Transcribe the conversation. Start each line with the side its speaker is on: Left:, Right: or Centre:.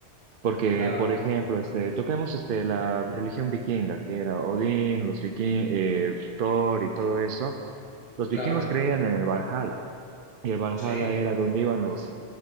Right: porque,
Left: claro,
Right: por ejemplo, este, toquemos este, la religión vikinga, que era Odín, los vikingos, Thor y todo eso. Los
Left: claro,
Right: vikingos creían en el Valhalla, y el Valhalla
Left: sí,
Right: era donde iban los